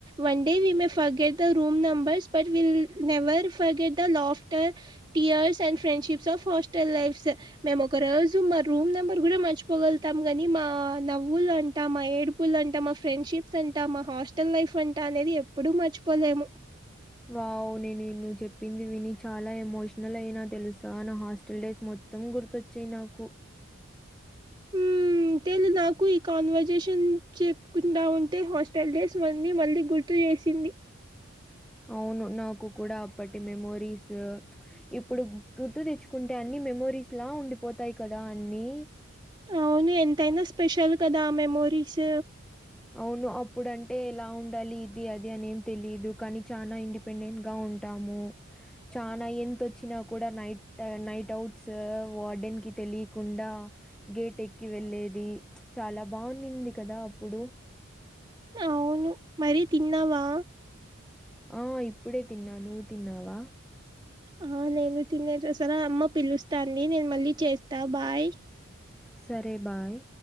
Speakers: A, on the right (about 20°); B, in the centre.
A: one day we may forget the room number but we never forget the laughter tears and friendships of hostel life's స్ మేము ఒక రోజు మా రూమ్ నెంబర్ కూడా మర్చిపోగలుతాం గాని మా న నవ్వులంట మా ఏడుపులంట మా ఫ్రెండ్షిప్స్ అంట మా హాస్టల్ లైఫ్ అంట అనేది ఎప్పుడు మర్చిపోలేము <inaudible>
B: వావ్ నేను నువ్ చెప్పింది విని చాలా ఎమోషనల్ అయినా తెలుసా నా హాస్టల్ లైఫ్ మొత్తం గుర్తొచ్చాయి నాకు
A: ఊ అంతేలే నాకు ఈ కాన్వర్జేషన్ చెప్పుకుంటా ఉంటే హాస్టల్ డేస్ ఇవ్వన్ని మళ్ళీ గుర్తు చేసింది
B: అవును నాకు కూడా అప్పటి మెమోరీస్ ఇప్పుడు గుర్తు తెచ్చుకుంటే అన్ని మెమోరీస్ లా ఉండిపోతాయి కదా అన్ని
A: అవును ఎంతైనా స్పెషల్ కదా ఆ మెమోరీస్
B: అవును అప్పుడంటే ఎలా ఉండాలి ఇది అది అనేం తెలిదు కానీ చానా ఇండిపెండెంట్ గా ఉ ఉంటాము చానా ఎంత వచ్చినా కూడా నైట్ నైట్ ఔట్స్ వార్డెన్ కి కి తెలికుండా గేట్ ఎక్కి వెళ్ళేది చాలా బాగుంనింది కదా అప్పుడు
A: అవును మరి తిన్నావా
B: ఆ ఇప్పుడే తిన్న నువ్వు తిన్నావా
A: ఆ నేను తినేస సరే అమ్మ పిలుస్తాంది నేను మళ్ళీ చేస్తా బాయ్
B: సరే బాయ్